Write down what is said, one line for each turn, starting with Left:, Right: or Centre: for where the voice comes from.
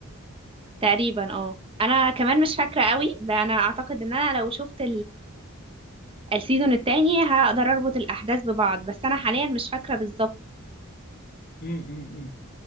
Right: تقريبا اه انا كمان مش فاكره قوي ب- انا اعتقد ان انا لو شفت السيزون التاني هقدر اربط الاحداث ببعض بس انا حاليا مش فاكره بالظبط
Left: امم امم أمم.